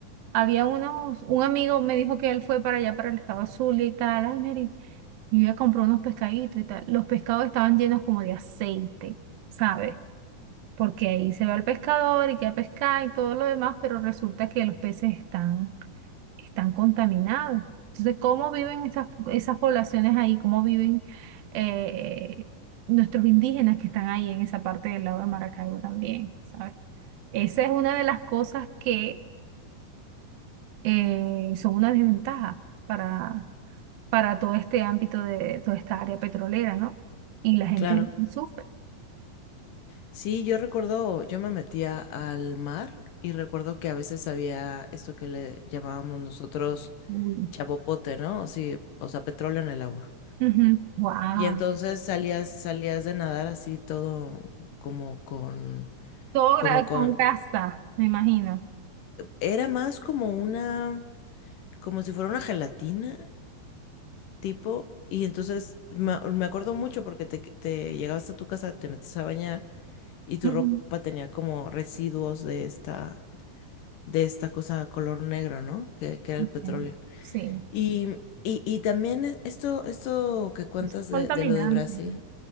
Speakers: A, on the right; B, on the left.
A: Había unos, un amigo me dijo que él fue para allá, para el estado Zulia y tal. Ay, Mary. Y Yo iba a unos pescaditos y tal. Los pescados estaban llenos como de aceite, ¿sabes? Porque ahí se va el pescador y queda pescar y todo lo demás, pero resulta que los peces están, están contaminados. Entonces, ¿cómo viven esas, esas poblaciones ahí? ¿Cómo viven eh, nuestros indígenas que están ahí en esa parte del lago de Maracaibo también, ¿sabes? Esa es una de las cosas que eh, son una desventaja para, para todo este ámbito de toda esta área petrolera, ¿no? Y la gente
B: claro.
A: sufre.
B: Sí, yo recuerdo, yo me metía al mar y recuerdo que a veces había esto que le llamábamos nosotros
A: Uy.
B: chapopote, ¿no? sí, o sea, petróleo en el agua.
A: Ujú. Guau.
B: Y entonces salías, salías de nadar así todo como con,
A: Todo
B: como
A: gra-
B: con,
A: con casa, me imagino.
B: era más como una, como si fuera una gelatina tipo, y entonces me,
A: Ujú.
B: me acuerdo mucho porque te, te llegabas a tu casa, te metes a bañar y tu
A: Ujú.
B: ropa tenía como residuos de esta de esta cosa color negro, ¿no? Que, que era
A: Ok.
B: el petróleo.
A: Sí,
B: Y, y, y también e- esto, esto que cuentas
A: es
B: de,
A: contaminante,
B: de lo de Brasil,
A: ¿no?